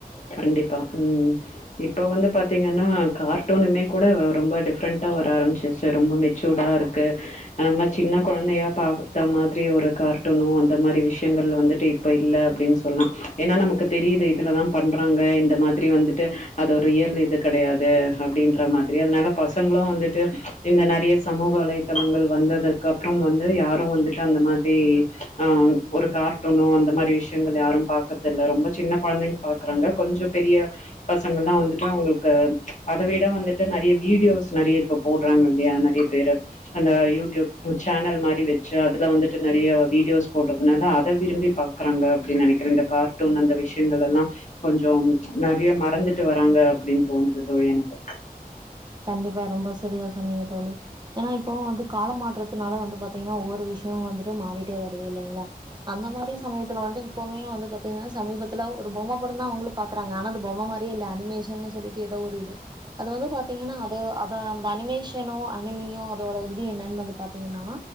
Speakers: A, on the left; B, on the right.
A: கண்டிப்பா ம் இப்ப வந்து பாத்திங்கன்னா கார்ட்டூனுமே கூட ரொம்ப டிஃப்ரண்ட்டா வர ஆரம்ச்சிச் ரொம்ப மெச்சூடாருக்கு நம்ம சின்ன கொழந்தையா பாத்த மாத்ரி ஒரு கார்ட்டுனோ அந்த மாரி விஷ்யங்கள் வந்துட்டு இப்ப இல்ல அப்டின் சொல்லி ஏன்னா நமக்கு தெரியுது இதுலதா பண்றாங்க இந்த மாத்ரி வந்துட்டு அது ஒரு ஏர்லி இது கெடையாது அப்டின்ற மாத்ரி அதனால பசங்களு வந்துட்டு இந்த நறய சமூக வலைதளங்கள் வந்ததக் அப்றோ வந்து யாரு வந்துட்டு அந்த மாரி ஆ ஒரு கார்ட்டூனோ அந்த மாரி விஷ்யங்கள் யாரும் பாக்றதில்ல ரொம்ப சின்னப் கொழந்தைங்க பாக்குறாங்க கொஞ்சப் பெரிய பசங்கல்லா வந்துட்டு அவங்ளுக்கு அத விட வந்துட்டு நெறிய வீடியோஸ் நெறிய இப்ப போட்றாங்கல்லயா நெறயப் பேரு அந்த யூட்யூப் சேனல் மாரி வெச்சு அதுல வந்துட்டு நெறிய வீடியோஸ் போட்றதுனால அத விரும்பிப் பா குறாங்க அப்டின் நெனைக்குற இந்த கார்ட்டூன் அந்த விஷ் எங்களல்லா கொஞ்சோ நிறைய மறந்துட்டு வராங்க அப்டின்னு தோணுது தோழி எனக்கு
B: கண்டிப்பா ரொம்ப சரியா சொன்னிங்க தோழி ஏன்னா இப்பவும் வந்து காலமாற்றத்துனால வந்து பாத்தீங்கன்னா ஒவ்வொரு விஷயமும் வந்துட்டு மாறிட்டே வருது இல்லைங்களா அந்த மாதிரி சமயத்துல வந்து இப்பம வந்து பாத்தீங்கன்னா சமீபத்துல ஒரு பொம்ம படந்தா அவங்களு பாக்க குறாங்க ஆனா அது பொம்ம மாறியே இல்ல அனிமேஷன்னனு சொல்லிட்டு ஏதோ ஒரு இது அது வந்து பா பாத்தீங்கன்னா அது அத அந்த அனிமேஷனோ அனிமியோ அதோட இது என்னன்னு வந்து பாத்தீங்கன்னா